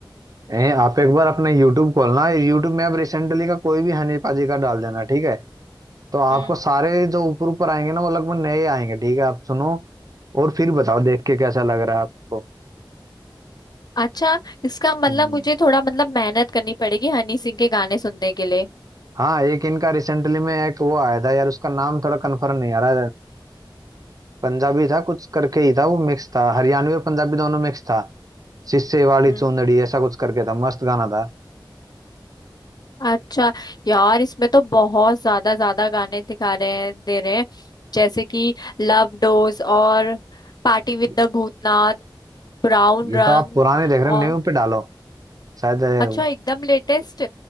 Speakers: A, on the right; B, on the left.
A: ए, आप एक बार अपना यूट्यूब खोलना यूट्यूब में आप रिसेंटली का कोई भी हनी पाजी का डाल देना ठीक है तो आपको
B: से
A: सारे जो ऊपर ऊपर आएंगे ना वो लगभग नए आएंगे ठीक है आप सुनो और फिर बताओ देख के कैसा लग रहा है आपको
B: अच्छा इसका मतलब
A: हम्म
B: मुझे थोड़ा मतलब मेहनत करनी पड़ेगी हनी सिंह के गाने सुनने के लिए
A: हाँ एक इनका रिसेंटली में एक वो आया था यार उसका नाम थोड़ा कंफर्म नहीं आ रहा पंजाबी था कुछ करके ही था वो मिक्स था हरियाणवी और पंजाबी दोनों मिक्स था सिस्से वाली
B: हम्म
A: चुंदड़ी ऐसा कुछ करके था मस्त गाना था
B: अच्छा यार इसमें तो बहुत ज्यादा ज्यादा गाने दिखा रहे हैं दे रहे हैं जैसे कि लव डोज और party with
A: ये
B: the Bhoothnath brown
A: ये
B: रंग
A: तो आप पुराने देख रहे
B: और
A: हो न्यू पे डालो शायद अ,
B: अच्छा एकदम लेटेस्ट